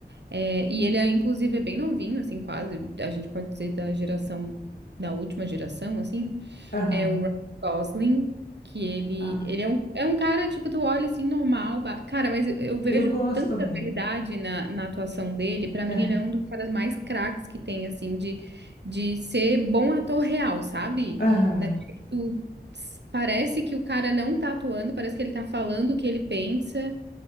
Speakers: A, on the right; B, on the left.
A: É, e ele, é, inclusive, é bem novinho, assim, quase, a gente pode dizer da geração, da última geração, assim.
B: Aham.
A: É o Ryan Gosling, que ele,
B: Ah,
A: ele é um, é um cara, tipo, tu olha assim, normal. ba- Cara, mas eu, eu vejo
B: eu gosto
A: tanta
B: também.
A: verdade na, na atuação dele. Pra mim,
B: Aham.
A: ele é um dos caras mais craques que tem, assim, de, de ser bom ator real, sabe?
B: Aham.
A: Daquele que tu, ps- parece que o cara não tá atuando, parece que ele tá falando o que ele pensa,